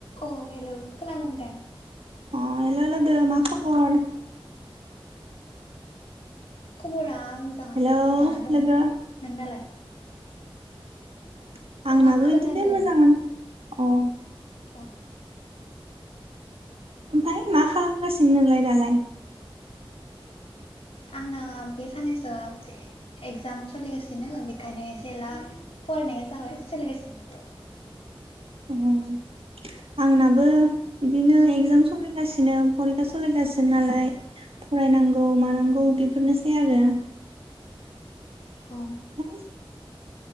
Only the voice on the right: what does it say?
अ हेल' लोगो मा खबर
हेल'
लोगो
<inaudible>
आंनाबो
इदिनो मोजाङानो अ
ओमफाय मा खालामगासिनो नोंलाय दालाय
अ आंनाबो बिदिनो एगजाम सलिगासिनो फरिखा सलिगासिनो नालाय फरायनांगौ मानांगौ बेफोरनोसै आरो
ओमफ्राय